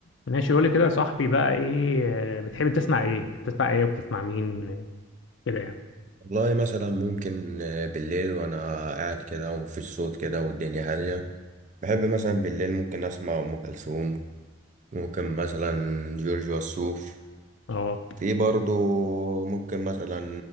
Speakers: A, on the left; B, on the right.
A: ماشي قولي كده يا صاحبي بقى ايه آه، بتحب تسمع ايه بتسمع ايه وبتسمع مين آه، كده يعني
B: والله مثلا ممكن آه، بالليل وانا قاعد كده ومفيش صوت كده والدنيا هادية بحب مثلا بالليل ممكن اسمع ام كلثوم ممكن مثلا جورج وسوف
A: اه
B: في برضو ممكن مثلا